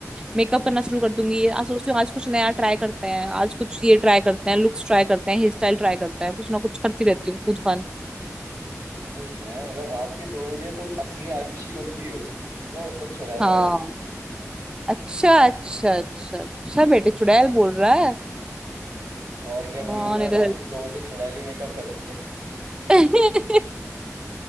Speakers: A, on the right; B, on the right.
A: मेकअप करना शुरू कर दूंगी आज सोचती हूँ आज कुछ नया ट्राई करते हैं आज कुछ ये ट्राई करते हैं लुक्स ट्राई करते हैं हेयर स्टाइल ट्राई करते हैं कुछ ना कुछ करती रहती हूँ कूद फान
B: वो ये है मतलब रात के दो बजे तुम असली आरुषि बनती हो है ना मतलब चुड़ैल
A: हाँ
B: वाली
A: अच्छा अच्छा अच्छा अच्छा बेटे चुड़ैल बोल रहा है
B: और क्या बोलूंगा
A: कौन इधर
B: रात के दो बजे चुड़ैली मेकअप करती है
A: <laughs> नहीं